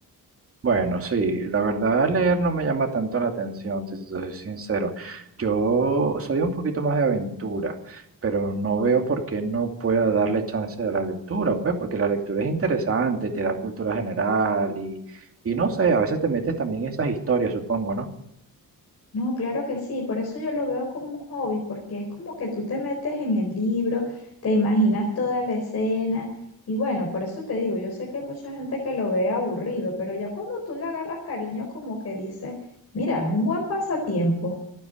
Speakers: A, on the right; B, on the left.
A: Bueno, sí, la verdad leer no me llama tanto la atención, si te soy sincero. Yo soy un poquito más de aventura, pero no veo por qué no pueda darle chance a la lectura, pues porque la lectura es interesante, te da cultura general y, y no sé, a veces te metes también en esas historias, supongo, ¿no?
B: No, claro que sí, por eso yo lo veo como un hobby, porque es como que tú te metes en el libro, te imaginas toda la escena y bueno, por eso te digo, yo sé que hay mucha gente que lo ve aburrido, pero ya cuando tú le agarras cariño como que dices, mira, es un buen pasatiempo.